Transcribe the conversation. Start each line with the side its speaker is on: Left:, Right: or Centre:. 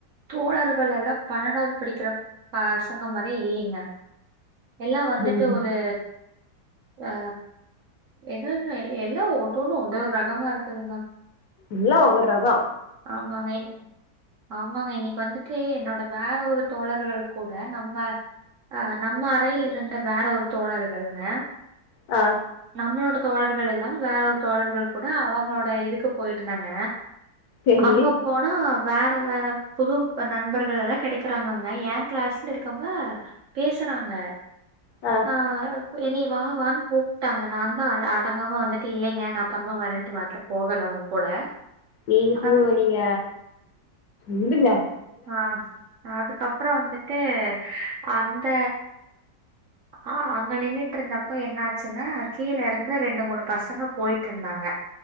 Right: தோழர்கள் எல்லா பண்ணடாவது படிக்கிற பசங்க மாரியே இல்லங்க எல்லா வந்துட்டு
Left: ம்
Right: ஒரு அ எது இல்ல எல்லா ஒன்னு ஒண்ணு ஒது ரகமா இருக்குதுங்க
Left: எல்லா ஒவ்வொரு ரக
Right: ஆமாங்க ஆமாங்க இன்னைக்கு வந்துட்டு என்னோட வேற ஒரு தோழர்கள் கூட நம்ம அ நம்ம அறையில் இருந்த வேற ஒரு தோழர்கள்ங்க
Left: அ
Right: நம்மளோட தோழர்கள் எல்லா வேற ஒரு தோழர்கள் கூட அவங்களோட இதுக்கு போயிருந்தாங்க
Left: செரி
Right: அங்க போனா வேற வேற புது நண்பர்கள் எல்லா கெடைக்கிறாங்கங்க எ கிளாஸ்ல இருக்கவங்க பேசுறாங்க
Left: ஆ
Right: அ என்னைய வா வான்னு கூப்ட்டாங்க நா தா அ அடங்காம வந்துட்டு இல்லேங்க நா அப்புறமா வரேன்ட்டு வர்ல போகல அவுங்க கூட
Left: நீங்க சு
Right: அது
Left: நீங்க விடுங்க
Right: அ அதுக்கப்புற வந்துட்டு அந்த அ அங்க நின்னுட்டு இருந்தப்ப என்ன ஆச்சுனா கீழ இருந்து ரெண்டு மூணு பசங்க போயிட்டு இருந்தாங்க